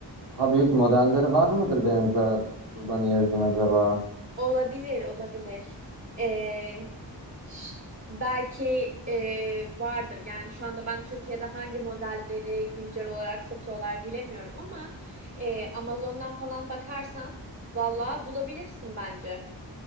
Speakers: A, on the right; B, on the right.
A: daha büyük modelleri var mıdır benzer Urban Ears'ın acaba?
B: Olabilir, olabilir. Ee, ş- belki e, vardır. Yani şu anda ben Türkiye'de hangi modelleri güncel olarak satıyorlar bilemiyorum ama e, Amazon'dan falan bakarsan valla bulabilirsin bence.